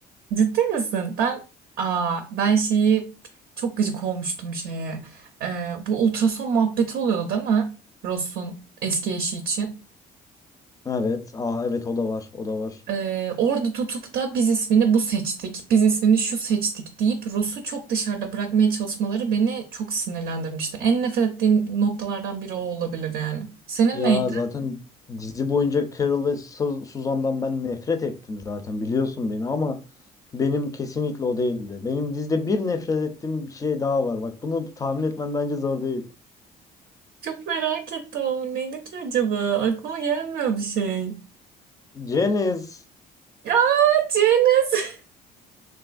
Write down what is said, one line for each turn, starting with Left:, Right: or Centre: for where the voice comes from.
Right: Ciddi misin? Ben aa ben şeyi çok gıcık olmuştum şeye. Ee, bu ultrason muhabbeti oluyordu değil mi? Ross'un eski eşi için.
Left: Evet. Aa evet o da var. O da var.
Right: Ee, orada tutup da biz ismini bu seçtik, biz ismini şu seçtik deyip Rus'u çok dışarıda bırakmaya çalışmaları beni çok sinirlendirmişti. En nefret ettiğim noktalardan biri o olabilir yani. Senin
Left: Ya
Right: neydi?
Left: zaten dizi boyunca Carol ve Su- Suzan'dan ben nefret ettim zaten biliyorsun beni ama benim kesinlikle o değildi. Benim dizide bir nefret ettiğim bir şey daha var. Bak bunu tahmin etmen bence zor değil.
Right: Çok merak ettim ama neydi ki acaba? Aklıma gelmiyor bir şey.
Left: Janice.
Right: Ya Ceniz! <laughs>